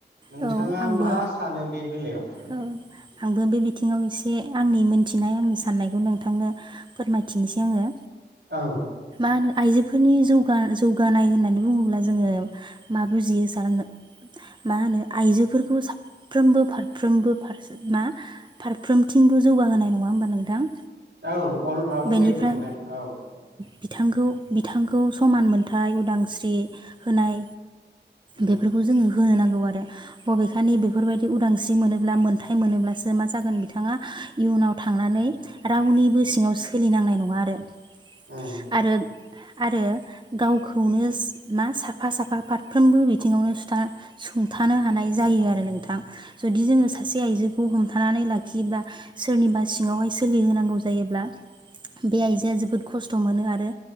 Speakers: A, on the right (about 85°); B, on the right (about 25°).
A: नोंथाङा
B: औ आंबो
A: मा सानो बे बेलायाव?
B: औ आंबो बे बिथिङाव एसे आंनि मोनथिनाय आंनि साननायखौ नोंथांनो फोरमायथिनोसै आङो।
A: औ।
B: मा होनो आइजोफोरनि जौगा जौगानाय होननानै बुङोब्ला जोङो मा बुजियो सार मा होनो आइजोफोरखौ साफ्रोमबो फारफ्रोमबो फारसे ना फारफ्रोमथिंबो जौगाहोनाय नङा होमबा नोंथां?
A: औ अल राउन्द
B: बेनिफ्राय
A: डेभलपमेन्ट औ।
B: बिथांखौ बिथांखौ समान मोनथाय उदांस्रि होनाय।
A: उम
B: बेफोरखौ जोङो। होनो नांगौ आरो। बबेखानि बेफोरबायदि उदांस्रि मोनोब्ला मोनथाय मोनोब्लासो मा जागोन बिथाङा इयुनाव थांनानै रावनिबो सिङाव सोलिनांनाय नङा आरो। आरो
A: उम
B: आरो गावखौनो मा साफा साफा फारफ्रोमबो बिथिङावनो सुथा सुं थानो हानाय जायो आरो नोंथां। जुदि जोङो सासे आइजो खौ हमथानानै लाखियोब्ला सोरनिबा सिङावहाय सोलिहोनांगौ जायोब्ला बे आइजोआ जोबोद खस्थ' मोनो आरो